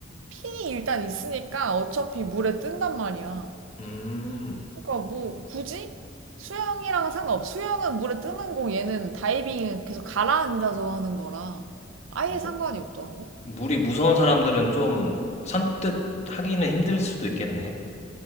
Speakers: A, on the right; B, on the left.
A: 핀이 일단 있으니까 어차피 물에 뜬단 말이야.
B: 음,
A: 그러니까 뭐 굳이 수영이랑은 상관없어. 수영은 물에 뜨는 거 얘는 다이빙은 계속 가라앉아서 하는 거라 아예
B: 아, 그래?
A: 상관이 없더라고.
B: 물이 무서운 사람들은 좀 산뜻 하기는 힘들 수도 있겠네.